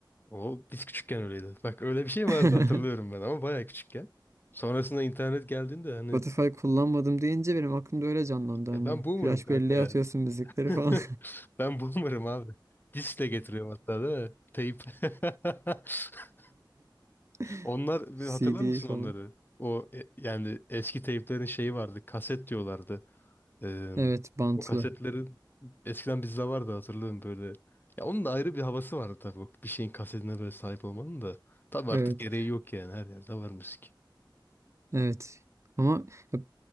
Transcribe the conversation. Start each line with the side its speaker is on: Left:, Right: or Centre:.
Left: o biz küçükken öyleydi. Bak öyle bir şey
Right: <laughs>
Left: vardı hatırlıyorum ben ama bayağı küçükken. Sonrasında internet geldiğinde hani
Right: Spotify kullanmadım deyince benim aklımda öyle canlandı
Left: ya
Right: hani.
Left: ben boomer'ım
Right: Flash
Left: kanka
Right: belleğe
Left: ya.
Right: atıyorsun müzikleri
Left: <laughs>
Right: falan.
Left: Ben boomer'ım abi. Diskle getiriyorum hatta değil mi? Teyip. <laughs>
Right: <laughs>
Left: Onlar
Right: CD
Left: hatırlar mısın
Right: falan.
Left: onları? O e, yani eski teyplerin şeyi vardı. Kaset diyorlardı. Ee,
Right: Evet, bantlı.
Left: o kasetlerin eskiden bizde vardı hatırlıyorum böyle. Ya onun da ayrı bir havası vardı tabii. O Bir şeyin kasetine böyle sahip olmanın da. Tabii
Right: Evet,
Left: artık gereği yok yani. Her yerde var müzik.
Right: evet. Ama ya,